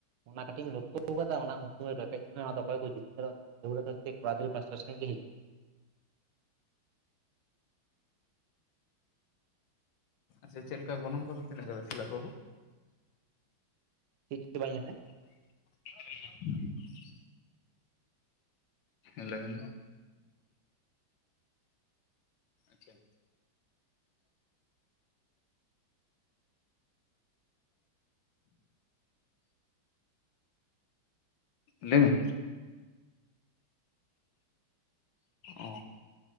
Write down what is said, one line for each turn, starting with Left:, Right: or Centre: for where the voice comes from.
Right: ᱚᱱᱟ ᱠᱟᱹᱴᱤᱡ ᱮᱢ ᱞᱚᱠᱠᱷᱚ ᱟᱠᱟᱫᱟ ᱚᱱᱟ ᱩᱱ ᱥᱚᱢᱚᱭ ᱨᱮᱯᱮᱡ ᱥᱚᱢᱚᱭ ᱚᱠᱚᱭ ᱠᱚ ᱡᱤᱛᱠᱟᱹᱨᱚᱜ ᱠᱟᱱᱟ ᱫᱟᱹᱣᱲᱟᱹ ᱫᱚ ᱥᱮ ᱠᱚ ᱠᱩᱲᱟ ᱜᱤᱫᱽᱨᱟᱹ ᱯᱟᱥᱴᱟ ᱥᱮᱱ ᱜᱮ ᱦᱮᱡ ᱮᱱᱟ
Left: ᱪᱮᱫ ᱞᱮᱠᱟ ᱜᱚᱱᱚᱝ ᱠᱚᱫᱚ ᱛᱤᱱᱟᱹ ᱠᱟᱛᱮ ᱛᱤᱞᱠᱟ ᱵᱟᱵᱩ
Right: <unintelligible>
Left: <unintelligible> ᱦᱮᱞᱳ ᱮᱞᱳ ᱟᱪᱪᱷᱟ <unintelligible> ᱞᱟᱹᱭ ᱢᱮ ᱚ